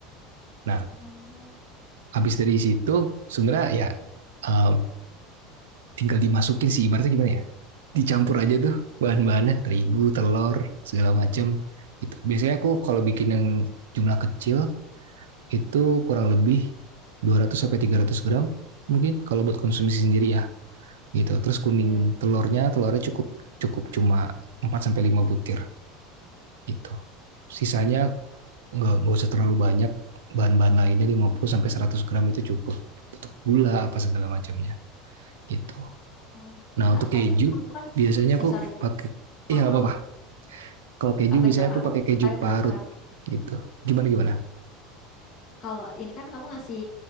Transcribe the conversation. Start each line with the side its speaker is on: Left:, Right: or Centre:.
Right: nah
Left: Oh.
Right: habis dari situ sebenarnya ya uh, tinggal dimasukin sih ibaratnya gimana ya dicampur aja tuh bahan-bahannya terigu telur segala macem gitu biasanya aku kalau bikin yang jumlah kecil itu kurang lebih 200 sampai 300 gram mungkin kalau buat konsumsi sendiri ya gitu terus kuning
Left: Mm-mm.
Right: telurnya telurnya cukup cukup cuma 4 sampai 5 butir gitu sisanya nggak nggak usah terlalu banyak bahan-bahan lainnya 50 sampai 100 gram itu cukup untuk gula apa segala macamnya gitu
Left: Oh,
Right: nah
Left: Kak,
Right: untuk keju
Left: tapi kamu kan
Right: biasanya
Left: eh
Right: aku
Left: sorry
Right: pakai iya
Left: motong.
Right: nggak apa-apa Kalau keju
Left: Kak, bentar,
Right: biasanya aku
Left: aku
Right: pakai keju
Left: tapi
Right: parut
Left: penasaran.
Right: gitu. Gimana gimana?
Left: Kalau ini kan kamu ngasih